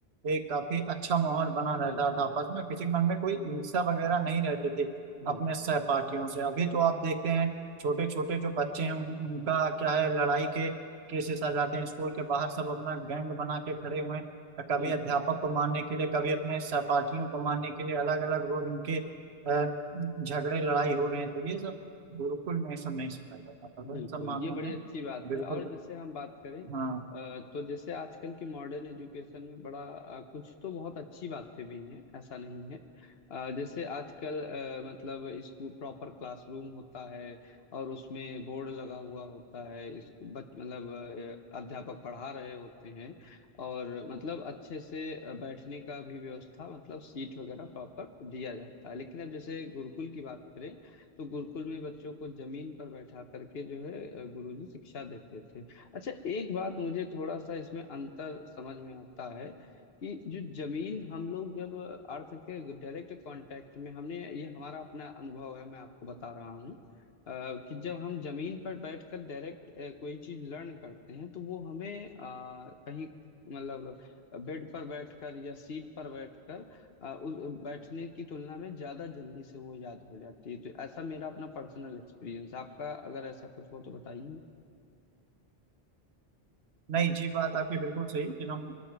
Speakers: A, on the right (about 75°); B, on the left (about 65°).
A: एक काफी अच्छा माहौल बना रहता
B: बिल्कुल
A: था आपस में किसी के मन में कोई ईर्ष्या वगैरह नहीं रहती थी
B: बिल्कुल
A: अपने सहपाठियों से अभी तो आप देखते हैं छोटे छोटे जो बच्चे हैं उन, उनका क्या है लड़ाई के केसेस आ जाते हैं स्कूल के बाहर सब अपना गैंग बना के खड़े हुए हैं कभी
B: बिल्कुल
A: अध्यापक को मारने के लिए कभी अपने सहपाठियों को मारने के लिए अलग अलग रोज उनके अ, झगड़े लड़ाई हो रहे हैं तो ये सब गुरुकुल में ये सब नहीं सिखाया जाता था तो
B: बिल्कुल
A: इन सब मामलों
B: ये बड़ी
A: में
B: अच्छी बात
A: बिल्कुल
B: है और जैसे हम बात करें अ,
A: हाँ
B: तो जैसे आजकल की मॉडर्न एजुकेशन में बड़ा अ, कुछ तो बहुत अच्छी बातें भी हैं ऐसा नहीं है अ, जैसे आजकल अ, मतलब स्कूल प्रॉपर क्लासरूम होता है और उसमें बोर्ड लगा हुआ होता है स्कूल बच मतलब अ, अध्यापक पढ़ा रहे होते हैं और मतलब अच्छे से अ, बैठने का भी व्यवस्था मतलब सीट वगैरह प्रॉपर दिया जाता है लेकिन अब जैसे गुरुकुल की बात करें तो गुरुकुल में बच्चों को जमीन पर बैठा करके जो है अ, गुरुजी शिक्षा देते थे अच्छा एक बात मुझे थोड़ा सा इसमें अंतर समझ में आता है कि जो जमीन हम लोग जब अर्थ के डायरेक्ट कांटेक्ट में हमने ये हमारा अपना अनुभव है मैं आपको बता रहा हूँ अ, कि जब हम जमीन पर बैठकर डायरेक्ट कोई चीज लर्न करते हैं तो वो हमें अ, कहीं मतलब बेड पर बैठकर या सीट पर बैठकर आ, उस बैठने की तुलना में ज्यादा जल्दी से वो याद हो जाती है तो ऐसा मेरा अपना पर्सनल एक्सपीरियंस आपका अगर ऐसा कुछ हो तो बताइए
A: नहीं जी बात आपकी बिल्कुल सही फिर हम